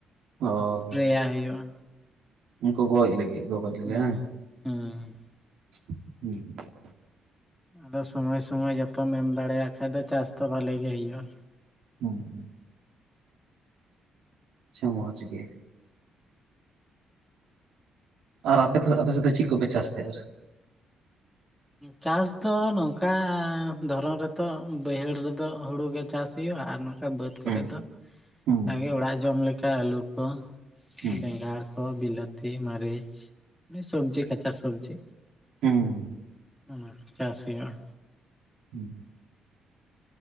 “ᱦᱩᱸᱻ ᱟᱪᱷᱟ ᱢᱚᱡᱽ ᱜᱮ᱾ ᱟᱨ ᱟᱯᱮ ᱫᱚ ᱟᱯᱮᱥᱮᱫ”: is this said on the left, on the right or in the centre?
Right